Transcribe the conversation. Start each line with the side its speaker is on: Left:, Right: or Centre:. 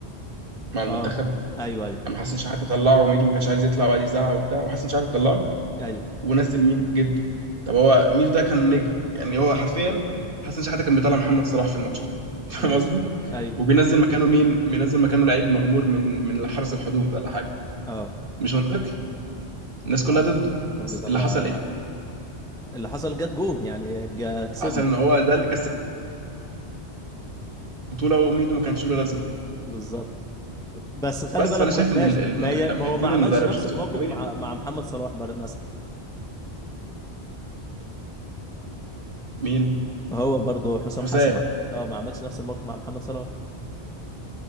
Right: مع المنتخب
Centre: اه ايوه ايوه
Right: اما حسن شحاته طلعه وميدو ما كانش عايز يطلع وقعد يزعق وبتاع وحسن شحاته طلعه
Centre: ايوه
Right: ونزل مين جده طب هو ميدو ده كان نجم يعني هو حرفيا حسن شحاته كان بيطلع محمد صلاح في الماتش ده <laughs> فاهم
Centre: ماشي
Right: قصدي
Centre: ايوه
Right: وبينزل مكانه مين بينزل مكانه لعيب مغمور من من حرس الحدود ولا حاجه
Centre: اه
Right: مش منطقي الناس
Centre: آه.
Right: كلها ضده
Centre: كان
Right: بس
Centre: بيطلع
Right: اللي حصل ايه
Centre: اللي حصل جت جون يعني جا- كسبنا
Right: حصل ان هو ده اللي كسب البطوله وميدو ما كانش له لازمه
Centre: بالظبط بس خلي
Right: بس
Centre: بالك
Right: فانا شايف
Centre: ما- ماشي
Right: ان ال- ال-
Centre: ما هي
Right: لما
Centre: ما هو
Right: يكون
Centre: ما عملش
Right: المدرب
Centre: نفس
Right: شخصيته
Centre: الموقف
Right: قويه
Centre: مع مع محمد صلاح بر- مثلا
Right: مين
Centre: هو برضه حسام
Right: حسام
Centre: حسن اه ما عملش نفس الموقف مع محمد صلاح